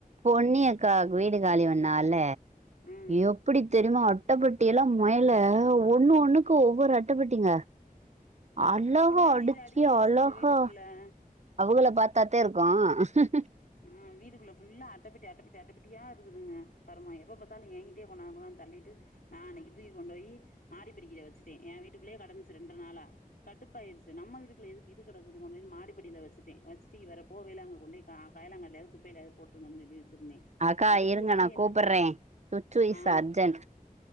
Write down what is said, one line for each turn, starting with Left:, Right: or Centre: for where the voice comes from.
Right: பொன்னியக்கா வீடு காலி பண்ணால
Left: ம்
Right: எப்படி தெரியுமா அட்டைபெட்டி எல்லா மொயல ஒண்ணு ஒண்ணுக்கு ஒவ்வொரு அட்டைப்பெட்டிங்க அளவா
Left: அப்டிதாங்க
Right: அடுக்கி
Left: இது வச்சிருக்கு
Right: அழகா
Left: வீட்டுக்குள்ள
Right: கீழ பாத்தத்தே இருக்கு
Left: ஆ வீடுக்குள்ள ஃபுல்லா அட்டபெட்டி அட்டபெட்டி அட்டப்பெட்டியா இருக்குதுங்க கருமோ எப்ப பாத்தாலு ஏங்கிட்டயே கொண்டாந்து கொ தள்ளிட்டு நா அன்னைகி தூக்கி கொண்டு போய் மாடிபடிக்கிட்டா வச்சட்டே ஏ வீட்டுக்குள்ளயே கடந்துச்சு ரெண்டு நாளா க கடுப்பாயிர்ச்சு நம்ம வீட்டிகுள்ள எதுக்கு இது கடக்குதுன் மாடி படியில வச்சுட்டே வச்சிட்டு இவர போவேலா அங்க கொண்டேய் கா காயலங்கடேலயோ குப்பேலாயோ போற்றுங்க சொல்லி வெ சுருருந்தே
Right: அக்கா
Left: அதுக்குள்ள
Right: இருங்க
Left: இது
Right: நா
Left: என்ன
Right: கூப்பட்றே சுச்சு is
Left: ஆ
Right: urgent